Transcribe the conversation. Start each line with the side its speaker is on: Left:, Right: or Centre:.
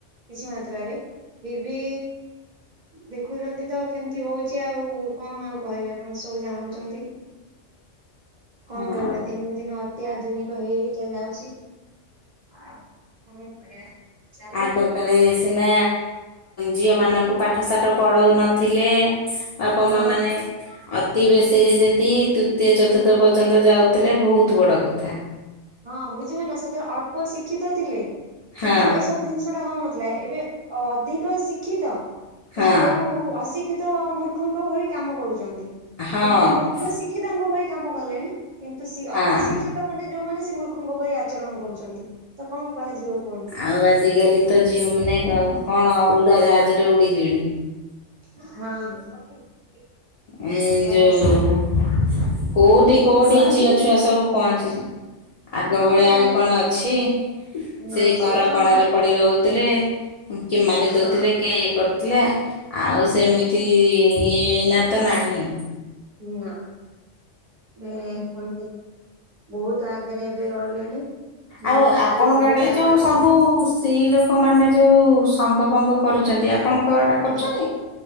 Right: କିଛି ମାତ୍ରାରେରେ ଫିର୍ ବି ଦେଖୁଛନ୍ତି ତ କେମିତି ହଉଛି ଆଉ କଣ ଆଉ କହିବି ଆପଣ ତ ସବୁ ଜାଣୁଛନ୍ତି। କଣ
Left: ହଁ
Right: କରିବା ଦିନକୁ ଦିନ ଅ ଏତେ ଆଧୁନିକ ହେଇ ହେଇକି ଯାଉଛି ଆଉ କଣ କରିବା? ଚାଲୁ
Left: ଆଗ କାଳେ ସିନା ଝିଅ ମାନଙ୍କୁ ପାଠ ପାଠ ସାଠ ପଢଉ ନଥିଲେ ବାପ
Right: ହଁ
Left: ମା ମାନେ ଅତି ବେଶୀରେ ଯଦି ତୃତୀୟ ଚତୁର୍ଥ ପର୍ଯ୍ୟନ୍ତ ଯାଉଥିଲେ ବହୁତ ବଡ଼ କଥା।
Right: ହଁ ବୁଝିବ ନା ସେତେବେଳେ ଅଳ୍ପ ଶିକ୍ଷିତ ଥିଲେ
Left: ହଁ
Right: କିନ୍ତୁ ଏସବୁ ଜିନିଷ ଟା ହଉନଥିଲା ଏବେ ଅଧିକ ଶିକ୍ଷିତ
Left: ହଁ
Right: କିନ୍ତୁ ଅଶିକ୍ଷିତ ମୂର୍ଖଙ୍କ ଭଳି କାମ କରୁଛନ୍ତି।
Left: ହଁ
Right: କିନ୍ତୁ ମୂ <unintelligible> ଶିକ୍ଷିତଙ୍କ ଭଳି କାମ କଲେଣି କିନ୍ତୁ ସ
Left: ହଁ
Right: ଅତି ଶିକ୍ଷିତ ମାନେ ଯୋଉ ମାନେ ସେ ମୂର୍ଖଙ୍କ ପରି ଆଚରଣ କରୁଛନ୍ତି। ତ କଣ କହାଯିବ କୁହନ୍ତୁ?
Left: ଆଉ ଆଜିକାଲି ତ ଝିଅମାନୋନ କଣ ଉଡ଼ାଜାହାଜରେ ଉଡ଼ିଲେଣି।
Right: ହଁ
Left: ଉଁ
Right: ତ
Left: ଯୋଉ କୋଉଠି କୋଉଠି ଝିଅ ଛୁଆ ସବୁ ପହଞ୍ଚିଲେ ଆଗ
Right: ହଁ
Left: ଭଳିଆ
Right: ନିହାତି
Left: ଆଉ କଣ ଅଛି?
Right: ନାଇଁ
Left: ସେ ଘର
Right: ତ
Left: କଣରେ
Right: ନାହିଁ
Left: ପଡି ରହୁଥିଲେ। କି ମାରି ଦଉଥିଲେ
Right: ହଁ
Left: କି ଇଏ <unintelligible> ଆଉ ସେମିତି ନା ତ ନାହିଁ।
Right: ନାଁ ଏ କ ବହୁତ ଆଗରେ ଏବେ ରହିଲେଣି। ହୁଁ
Left: ଆଉ
Right: ନାରୀ
Left: ଆପଣଙ୍କ
Right: ବହୁତ
Left: ଏଡେ
Right: ଆଗରେ
Left: ଯୋଉ ସବୁ ଆଉ ସ୍ତ୍ରୀ ଲୋକମାନୋନେ ଯୋଉ ସଙ୍ଗ ଫଙ୍ଗ କରୁଛନ୍ତି ଆପଣ <unintelligible>
Right: ଆଜ୍ଞା।
Left: କରୁଛନ୍ତି?